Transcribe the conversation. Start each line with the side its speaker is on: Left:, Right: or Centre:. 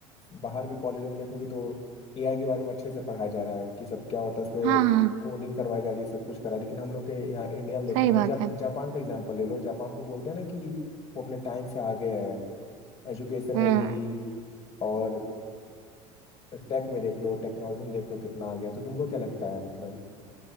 Left: बाहर के कॉलेजों में देखोगे तो एआई के बारे में अच्छे से पढ़ाया जा रहा है कि सब क्या होता है उसमें
Right: हाँ हाँ
Left: कोडिंग करवाई जा रही है सब कुछ करा है लेकिन हम लोग के यहाँ इंडिया में देखो
Right: सही
Left: मतलब
Right: बात
Left: जा,
Right: है
Left: जापान का एग्जाम्पल ले लो जापान को बोलते हैं ना कि वो अपने टाइम से आगे है एजुकेशन में
Right: हम्म
Left: भी और टेक में देख लो टेक्नोलॉजी में देख लो कितना आगे है तो तुमको क्या लगता है मतलब